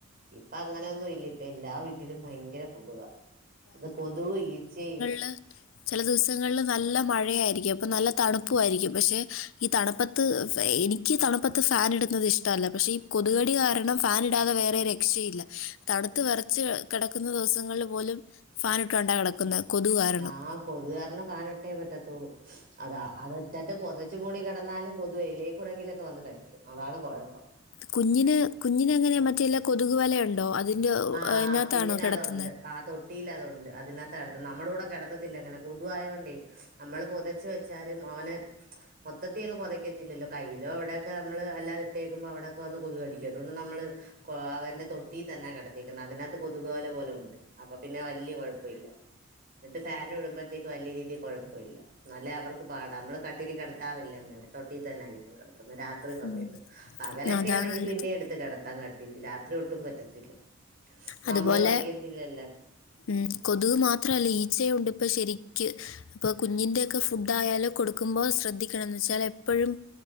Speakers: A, on the right (about 45°); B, on the left (about 70°).
A: ഇപ്പൊ അങ്ങനൊന്നും ഇല്ല ഇപ്പം എല്ലാ വീട്ടിലും ഭയങ്കര കൊതുകാ അത് കൊതുകും ഈച്ചയും
B: ള് ചില ദിവസങ്ങളിൽ നല്ല മഴയായിരിക്കും അപ്പം നല്ല തണുപ്പുമായിരിക്കും പക്ഷെ ഈ തണുപ്പത്ത് ത്ത് എനിക്ക് തണുപ്പത്ത് ഫാൻ ഇടുന്നത് ഇഷ്ടല്ല പക്ഷേ ഈ കൊതുകടി കാരണം ഫാൻ ഇടാതെ വേറെ രക്ഷയില്ല തണുത്ത് വെറച്ച് കിടക്കുന്ന ദിവസങ്ങളിൽ പോലും ഫാൻ ഇട്ടോണ്ടാ കിടക്കുന്നത് കൊതുക് കാരണം
A: ആഹ് കൊതുക് കാരണം ഫാൻ ഇട്ടേ പറ്റത്തുള്ളൂ അതാ അത് ഇട്ടട്ട് പൊതച്ച് പൊതച്ച്മൂടി കിടന്നാലും കൊതു എയിലെകുടങ്ങിലൊക്കെ വന്ന് കടിക്കും അതാണ് കുഴപ്പം
B: കുഞ്ഞിന് കുഞ്ഞിന് എങ്ങനെ മറ്റേ എല്ലാ കൊതുക് വലയുണ്ടോ അതിന്റെറെ
A: ആഹ്
B: അതിനകത്താണോ
A: കുഞ്ഞിന്
B: കിടത്തുന്നെ
A: അതുണ്ട് ആ തൊട്ടിയിൽ അതുണ്ട് അതിനകത്താ കിടത്തുവാ നമ്മുടെ കൂടെ കിടത്തത്തില്ല അങ്ങനെ കൊതുവായത് കൊണ്ടേ നമ്മള് പൊതച്ചു വെച്ചാലും അവന് മൊത്തത്തി അങ്ങ് പുതക്കത്തില്ലല്ലോ കയ്യിലോവിടെയൊക്കെ നമ്മള് അല്ലാ ഇട്ടേക്കുമ്പോ അവിടെ ഒക്കെ വന്ന് കൊതുക് കടിക്കും അതുകൊണ്ട് നമ്മള് അവന്റെ തൊട്ടി തന്നെ കിട ത്തിയേക്കുന്നെ അതിനകത്ത് കൊതുകുവല പോലെയുണ്ട് അപ്പൊ പിന്നെ വലിയ കുഴപ്പമില്ല എന്നിട്ട് ഫാൻ ഇടുമ്പോഴത്തേക്ക് വലിയ രീതിയിൽ കുഴപ്പമില്ല എന്നാല് അവർക്ക് പാടാ നമ്മള് കട്ടിലില് കിടത്താറില്ല അങ്ങനെ തൊട്ടി തന്നെയായിരിക്കും കെടത്താ രാത്രി സമയത്ത്
B: ഉം.
A: പകലൊക്കെ
B: അതാ
A: ആണെങ്കി
B: നല്ലത്
A: പിന്നെ എടുത്ത് കിടത്താൻ കട്ടിലിൽ രാത്രി ഒട്ടും പറ്റത്തില്ല
B: അതുപോലെ
A: നമ്മളും അറിയത്തില്ലല്ലോ
B: മ്മ് കൊതുക് മാത്രല്ല ഈച്ചയും ഉണ്ട് ഇപ്പം ശരിക്ക് ഇപ്പൊ കുഞ്ഞിന്റെയൊക്കെ ഫുഡ് ആയാലും കൊടുക്കുമ്പോ ശ്രദ്ധിക്കണം എന്ന് വെച്ചാൽ എപ്പോഴും